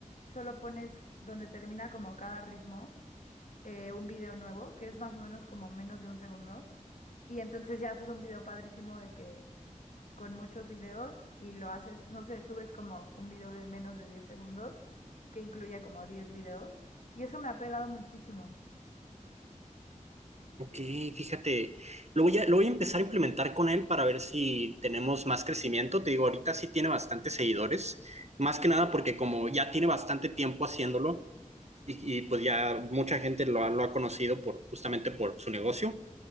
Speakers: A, on the left (about 70°); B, on the right (about 55°).
A: solo pones donde termina como cada ritmo. eh, un video nuevo, que es más o menos como menos de un segundo. Y entonces ya haces un video padrísimo de que con muchos videos y lo haces, no sé, subes como un video de menos de 10 segundos, que incluye como 10 videos. Y eso me ha pegado muchísimo.
B: Ok, fíjate, lo voy a, lo voy a empezar a implementar con él para ver si tenemos más crecimiento. Te digo, ahorita sí tiene bastantes seguidores, más que nada porque como ya tiene bastante tiempo haciéndolo y, y pues ya mucha gente lo ha, lo ha conocido por, justamente por su negocio.